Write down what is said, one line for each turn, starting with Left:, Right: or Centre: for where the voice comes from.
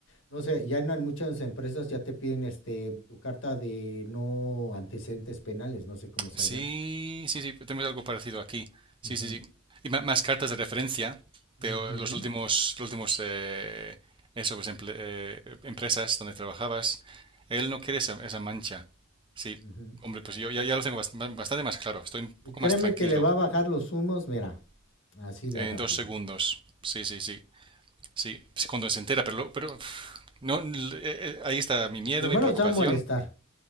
Left: no sé, ya en muchas empresas ya te piden este tu carta de no antecedentes penales, no sé cómo sea
Right: Sí,
Left: ya.
Right: sí, sí. Tenemos algo parecido aquí.
Left: Ujú,
Right: Sí, sí, sí. Y ma- más cartas de referencia
Left: ujú,
Right: de los últimos, los últimos eh, eso, pues, emple- eh, empresas donde trabajabas. Él no quiere esa, esa mancha. Sí.
Left: ujú.
Right: Hombre, pues yo ya, ya lo tengo bast- bastante más claro. Estoy un poco
Left: Y créeme
Right: más tranquilo
Left: que le va a bajar los humos, mira, así de
Right: en
Left: rápido.
Right: dos segundos. Sí, sí, sí. Sí, sí, cuando se entera, pero, lo- pero pf, no, l- eh, eh, ahí está mi miedo,
Left: Primero
Right: mi preocupación.
Left: se va a molestar,